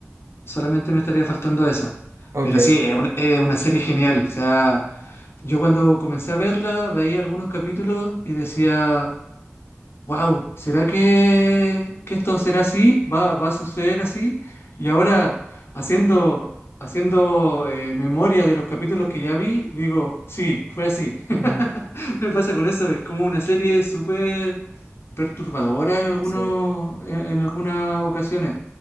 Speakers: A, on the left (about 55°); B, on the right (about 80°).
A: Solamente me estaría faltando esa.
B: Ok.
A: Pero sí, es una, es una serie genial. O sea, yo cuando comencé a verla, veía algunos capítulos y decía... Wow, ¿será que, que esto será así? ¿Va, va a suceder así? Y ahora, haciendo, haciendo eh, memoria de los capítulos que ya vi, digo, sí, fue así. <laughs>
B: Ujú.
A: Me pasa con eso, es como una serie súper perturbadora en algunos,
B: Sí,
A: en, en algunas ocasiones.